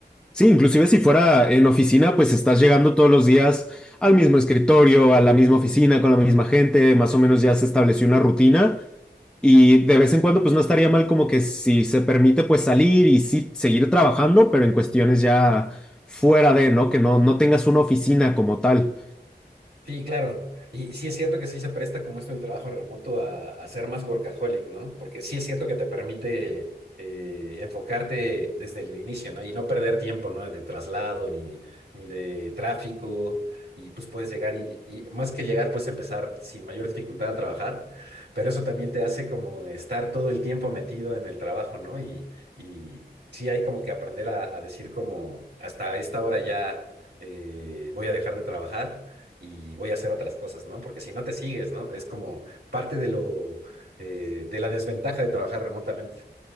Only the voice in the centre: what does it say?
Sí, inclusive si fuera en oficina, pues estás llegando todos los días al mismo escritorio, a la misma oficina, con la misma gente, más o menos ya se estableció una rutina y de vez en cuando pues no estaría mal como que si se permite pues salir y sí seguir trabajando, pero en cuestiones ya fuera de, ¿no? Que no, no tengas una oficina como tal.